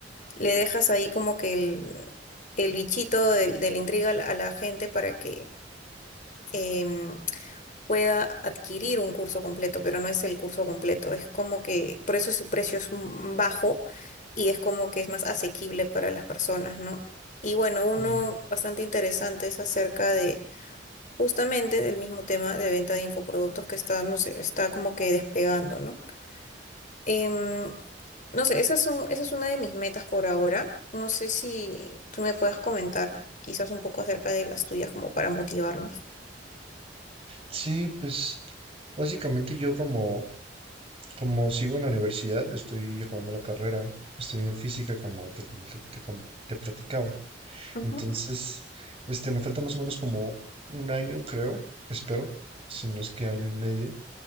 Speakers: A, on the left (about 45°); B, on the right (about 35°).
A: le dejas ahí como que el, el bichito del- de, la intriga a la a la gente para que em, pueda adquirir un curso completo, pero no es el curso completo, es como que por eso su precio es m- bajo y es como que es más asequible para las personas, ¿no? Y bueno, uno
B: Mm,
A: bastante interesante es acerca de justamente del mismo tema de venta de infoproductos que está, no sé, está como que despegando, ¿no? Em, no sé, esas son, esa es una de mis metas por ahora. No sé si tú me puedas comentar quizás un poco acerca de las tuyas como para motivarnos.
B: Sí, pues básicamente yo como, como sigo en la universidad, estoy acabando la carrera, estoy en física como te, como te, te com- te platicaba.
A: Ujú,
B: Entonces, este, me falta más o menos como un año, creo, espero, si no es que año y medio.